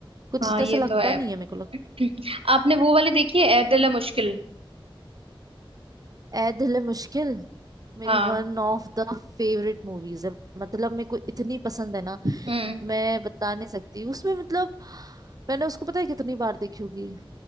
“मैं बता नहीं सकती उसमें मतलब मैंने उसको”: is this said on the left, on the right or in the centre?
Right